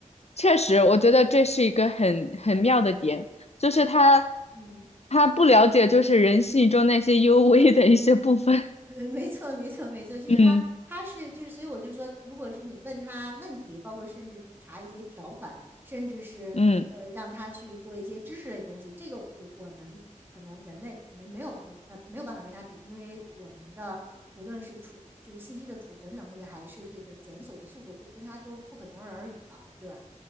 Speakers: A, on the left; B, on the right.
A: 确实，我觉得这是一个很很妙的点，就是他
B: 嗯。
A: 他不了解就是人性中那些幽微的一些部分。
B: <laughs> 呃没错，没错，没错，就是他，
A: <laughs> 嗯
B: 他是就是，所以我就说，如果是你问他问题，包括甚至查一些条款，甚至是呃让他去做一些知识类的东西，
A: 嗯
B: 这个我我们可能人类没没有跟他没有办法跟他比，因为我们的无论是储就是信息的储存能力，还是这个检索的速度，跟跟他都不可同日而语了，对吧？